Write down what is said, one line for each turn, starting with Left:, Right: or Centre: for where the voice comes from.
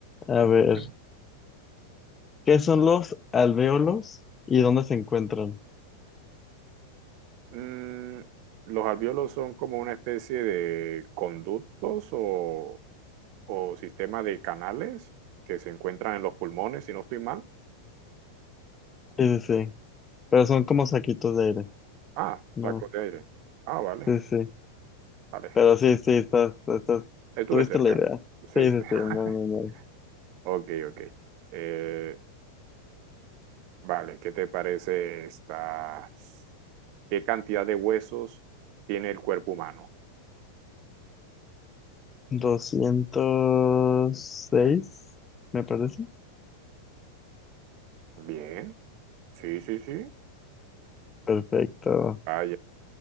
Left: A
Right: Estamos
Left: ver, ¿qué son los alvéolos y dónde se encuentran?
Right: bien. Mm, ¿los alvéolos son como una especie de conductos o, o sistema de canales que se encuentran en los pulmones, si no estoy mal?
Left: Sí, sí, sí, pero son como saquitos de aire,
Right: Ah,
Left: ¿no?
Right: saco de aire. Ah, vale,
Left: Sí, sí,
Right: vale.
Left: pero sí, sí, estás, estás,
Right: Estuve
Left: tuviste
Right: cerca.
Left: la idea.
Right: Sí,
Left: Sí,
Right: sí.
Left: sí,
Right: <laughs>
Left: sí, muy, muy, muy.
Right: Ok, ok. Eh, Vale, ¿qué te parece esta? ¿Qué cantidad de huesos tiene el cuerpo humano?
Left: doscientos seis me parece.
Right: Bien, sí, sí, sí.
Left: Perfecto.
Right: Vaya,